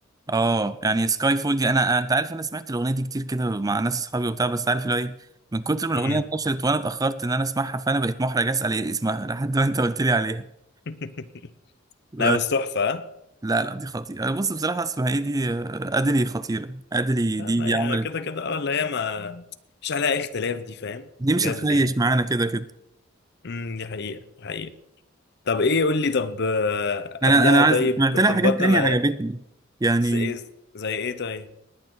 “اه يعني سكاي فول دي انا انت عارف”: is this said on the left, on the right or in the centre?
Right